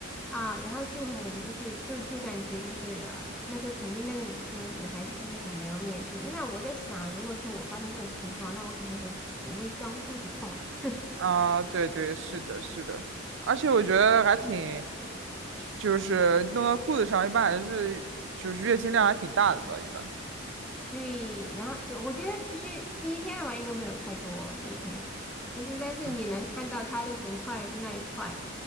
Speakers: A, in the centre; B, on the right (about 65°).
A: 啊，然后就很就是就就感觉就是啊那个肯定那个女生女孩子就是很没有面子。那我在想，如果说我发生这种情况，那我肯定会我会装肚子痛。<laughs>
B: 啊！对对，是的，是的，而且我觉得还挺，
A: 嗯
B: 就是弄到裤子上，一般还是就是月经量还挺大的吧，一般。
A: 对，然后我觉得其实第一天的话应该没有太多，第一天，但是但是你能看到它的整块的那一块，
B: 嗯